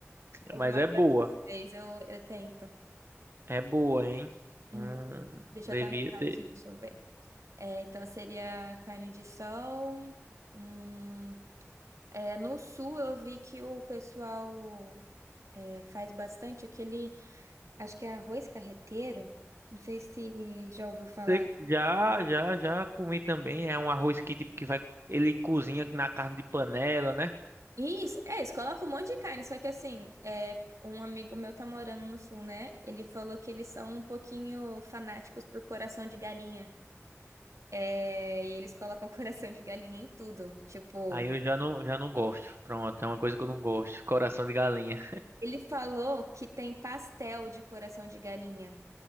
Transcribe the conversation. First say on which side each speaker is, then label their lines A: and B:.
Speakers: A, on the right; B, on the right.
A: Mas
B: mas
A: uma
B: é
A: próxima
B: boa.
A: vez eu, eu tento.
B: É boa, hein?
A: Hum,
B: Hum,
A: deixa
B: devia
A: eu até anotar
B: ter.
A: aqui, deixa eu ver. É, então seria carne de sol. Hum, é, no sul eu vi que o pessoal é, faz bastante aquele, acho que é arroz carreteiro. Não sei se já ouviu falar.
B: Sei- Já, já, já comi também. É um arroz que tipo que vai, ele cozinha na carne de panela, né?
A: Isso, é, eles colocam um monte de carne, só que assim, é, um amigo meu tá morando no sul, né? Ele falou que eles são um pouquinho fanáticos por coração de galinha. É, e eles colocam <laughs> coração de galinha em tudo. Tipo,
B: Aí eu já não, já não gosto. Pronto, é uma coisa que eu não gosto. Coração de galinha.
A: Ele falou que tem pastel de coração de galinha.